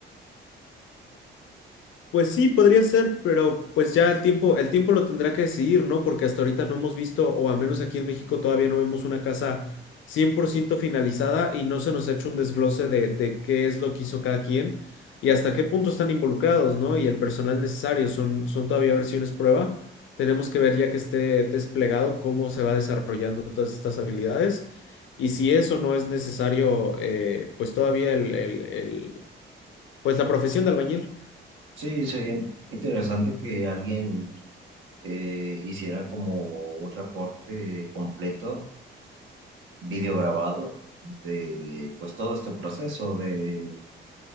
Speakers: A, on the left; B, on the right.
A: Pues sí, podría ser, pero pues ya el tiempo, el tiempo lo tendrá que decidir, ¿no? Porque hasta ahorita no hemos visto, o al menos aquí en México todavía no vemos una casa 100% finalizada y no se nos ha hecho un desglose de, de qué es lo que hizo cada quien y hasta qué punto están involucrados, ¿no? Y el personal necesario, son, son todavía versiones prueba. Tenemos que ver ya que esté desplegado cómo se va desarrollando todas estas habilidades y si eso no es necesario, eh, pues todavía el, el- el- pues la profesión de albañil.
B: Sí, sería interesante que alguien eh, hiciera como un reporte completo, video grabado de pues todo este proceso de